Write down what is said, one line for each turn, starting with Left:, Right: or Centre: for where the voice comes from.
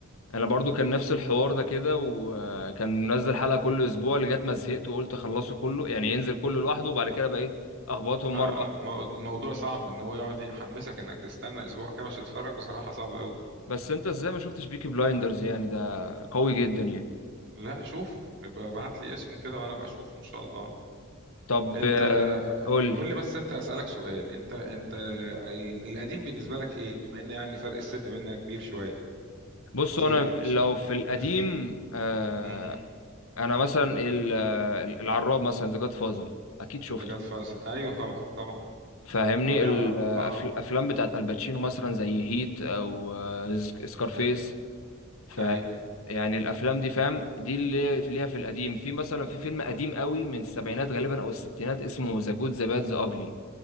Left: انا برضو كان نفس الحوار ده كده وكان منزل حلقة كل اسبوع لغاية ما زهقت وقلت اخلصه كله يعني ينزل كله لوحده وبعد كده بقى ايه اخبطهم
Right: آه
Left: مرة واحدة
Right: آه، مو- موضوع صعب ان هو يقعد يحمسك انك تستنى اسبوع كامل عشان تتفرج بصراحه صعب قوي
Left: بس انت ازاي ما شفتش بيكي بلايندرز يعني ده قوي جدا يعني
Right: لا اشوفه يبقى ابعت لي اسمه كده وانا بشوفه ان شاء الله
Left: طب
Right: انت
Left: آه، قول
Right: قول
Left: لي
Right: لي بس انت هسألك سؤال انت انت ال- القديم بالنسبة لك ايه بما ان يعني فرق السن بيننا كبير شوية
Left: بص
Right: كتير
Left: انا
Right: يعني مش
Left: لو
Right: شوية
Left: في القديم
Right: <laughs>
Left: آه
Right: امم
Left: انا مثلا ال- آه، العراب مثلا ذا جاد فازر اكيد شفته
Right: ده جاد فاز ايوه طبعا طبعا
Left: فاهمني
Right: رائعة
Left: الافلام
Right: اه
Left: بتاعت الباتشينو مثلا زي هيت او آه، سك- سكارفيس
Right: حلو
Left: ف
Right: ايوه
Left: يعني الافلام دي فاهم دي اللي ليها في القديم في مثلا في فيلم قديم قوي من السبعينات غالبا او الستينات اسمه ذا جود ذا باد ذا اجلي